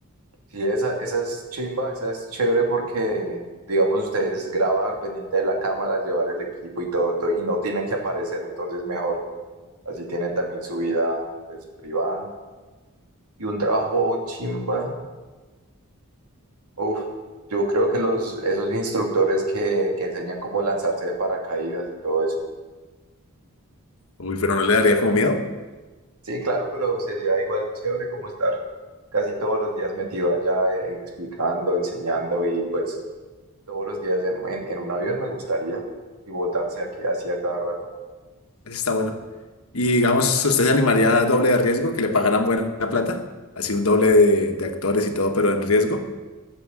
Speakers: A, on the right; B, on the left.
A: Sí, esa, esa es chimba, esa es chévere porque, digamos, ustedes grabar pendiente de la cámara, llevar el equipo y todo, entonces, y no tiene que aparecer, entonces mejor. Así tiene también su vida, pues, privada y un trabajo chimba. Uf, yo creo que los, esos instructores que, que enseñan cómo lanzarse de paracaídas y todo eso.
B: Uy, pero no le daría como miedo.
A: Sí, claro, pero sería igual chévere como estar casi todos los días metido allá, eh, explicando, enseñando y pues todos los días en, en- en un avión me gustaría y botarse aquí así a cada rato.
B: Eso está bueno. Y digamos, ¿usted se animaría a doble de riesgo, que le pagaran buena plata? Así un doble de, de actores y todo, pero en riesgo.